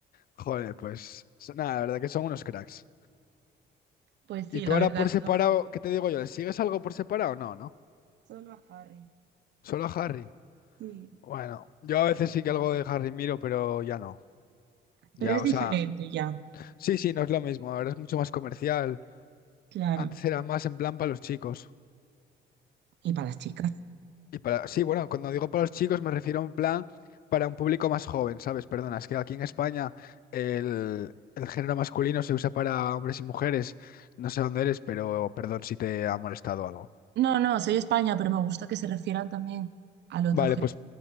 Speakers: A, on the left (about 55°); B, on the right (about 70°).
A: Joder, pues so- nada, la verdad que son unos cracks.
B: Pues sí,
A: ¿Y tú
B: la
A: ahora
B: verdad,
A: por separado,
B: son
A: qué te digo yo? ¿Le sigues algo por separado? No, ¿no?
B: solo a Harry.
A: Solo a Harry.
B: Sí.
A: Bueno, yo a veces sí que algo de Harry miro, pero ya no. Ya,
B: Pero es
A: o
B: diferente
A: sea,
B: ya,
A: sí, sí, no es lo mismo. Ahora es mucho más comercial.
B: claro.
A: Antes era más en plan para los chicos.
B: Y para las chicas.
A: Y para, sí, bueno, cuando digo para los chicos me refiero a un plan para un público más joven, ¿sabes? Perdona, es que aquí en España el, el género masculino se usa para hombres y mujeres. No sé dónde eres, pero perdón si te ha molestado algo.
B: No, no, soy España, pero me gusta que se refieran también al otro
A: Vale,
B: género.
A: pues